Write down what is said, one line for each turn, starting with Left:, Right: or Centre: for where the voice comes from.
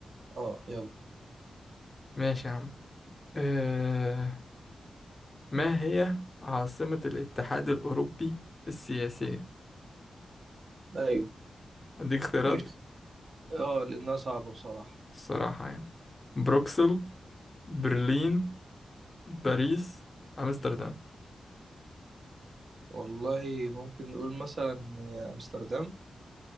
Right: اه يلا
Left: ماشي يا عم آه ما هي عاصمة الاتحاد الأوروبي السياسية
Right: أيوه
Left: هديك اختيارات
Right: مش اه لأنها صعبة بصراحة
Left: الصراحة يعني بروكسل برلين باريس أمستردام
Right: والله ممكن نقول مثلا آه، أمستردام